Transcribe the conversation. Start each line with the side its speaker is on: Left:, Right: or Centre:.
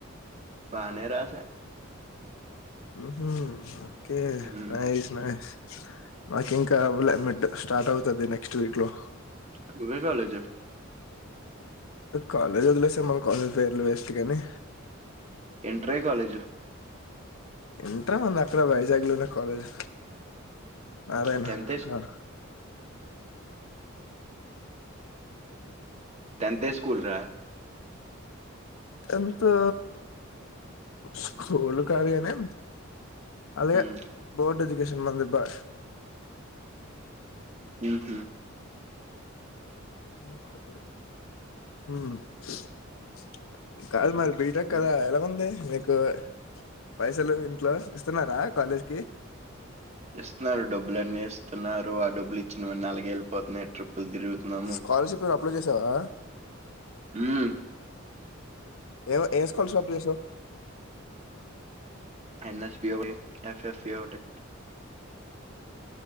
Right: బానేరాస
Left: ఉం హు ఓకే
Right: ఉమ్,
Left: నైస్ నైస్ మాకు ఇంక అవ్వల మిడ్ స్టార్ట్ అవుతది నెక్స్ట్ వీక్ లో
Right: నువ్వు ఏ కాలేజ్
Left: కాలేజ్ వదిలేస్తే మన కాలేజ్ పేర్లు వేస్ట్ కానీ
Right: ఇంటర్ ఏ కాలేజ్
Left: ఇంటర్ ఏముందు అక్కడె వైజాగ్ లోనే కాలేజ్ నారాయణ
Right: టెన్త్
Left: అ
Right: టెన్త్ ఏ స్కూల్ రా
Left: టెన్త్ఊ స్కూల్ కాదు కానీ అలాగే
Right: హ్మ్
Left: బోర్డు ఎడ్యుకేషన్ మందబ్బా
Right: ఉం హు
Left: కొ భడ పదు <inaudible> కాదు మరి బీటెక్ కదా ఎలా ఉంది మీకు పైసలు ఇంట్లో ఇస్తున్నరా కాలేజ్ కీ
Right: ఇస్తున్నరు డబ్బులున్న ఇస్తున్నారు ఆ డబ్బులు ఇచ్చినవన్ని అలాగే వెళ్ళిపోతున్నాయ్ తిరుగుతున్నాము
Left: స్కాలర్‌షిప్ అప్లై చేసావా
Right: మ్
Left: ఏ ఏ స్కాల షాప్ పో చేసావ్
Right: న్సపఫప్ట్ <unintelligible>